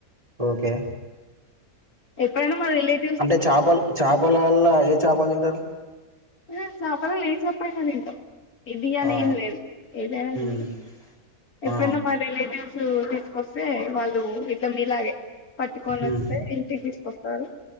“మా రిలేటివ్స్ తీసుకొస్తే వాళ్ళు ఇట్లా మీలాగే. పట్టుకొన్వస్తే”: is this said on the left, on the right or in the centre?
Left